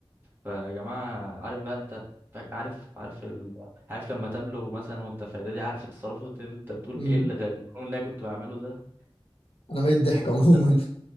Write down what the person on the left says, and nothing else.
مم.
انا ميت ضحك
عموما